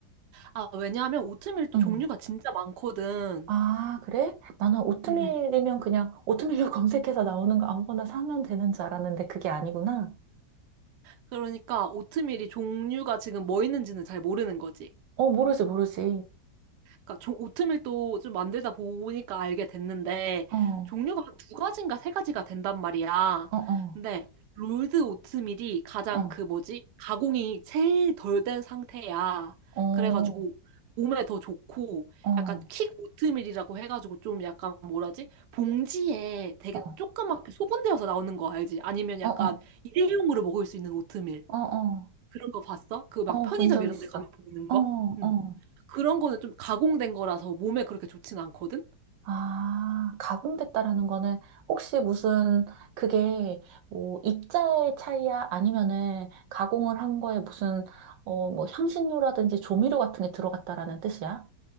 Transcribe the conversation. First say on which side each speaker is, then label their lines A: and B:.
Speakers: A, on the right (about 70°); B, on the right (about 85°).
A: 아, 왜냐하면 오트밀도
B: 응.
A: 종류가 진짜 많거든.
B: 아, 그래? 나는 오트밀이면
A: 음.
B: 그냥 오트밀로 <laughs> 검색해서 나오는 거 아무거나 사면 되는 줄 알았는데 그게 아니구나.
A: 그러니까 오트밀이 종류가 지금 뭐 있는지는 잘 모르는 거지.
B: 어, 모르지, 모르지.
A: 그러니까 조- 오트밀도 좀 만들다 보니까 알게 됐는데
B: 어, 어,
A: 종류가 한두 가지인가 세 가지가 된단 말이야.
B: 어.
A: 근데 롤드 오트밀이 가장
B: 어.
A: 그 뭐지? 가공이 제일 덜 된 상태야.
B: 어, 어,
A: 그래가지고 몸에 더 좋고
B: 어,
A: 약간 킥 오트밀이라고 해가지고 좀 약간 뭐라지? 봉지에 되게
B: 어,
A: 조그맣게 소분되어서 나오는 거 알지? 아니면 약간
B: 어,
A: 일회용으로 먹을 수 있는 오트밀
B: 어, 어,
A: 그런 거 봤어? 그
B: 어,
A: 막 편의점
B: 본 적
A: 이런
B: 있어.
A: 데 가면 보이는
B: 어,
A: 거?
B: 어.
A: 응. 그런 거는 좀 가공된 거라서 몸에 그렇게 좋진 않거든?
B: 아, 가공됐다라는 거는 혹시 무슨 그게 뭐 입자의 차이야? 아니면은 가공을 한 거에 무슨 어, 뭐 향신료라든지 조미료 같은 게 들어갔다라는 뜻이야?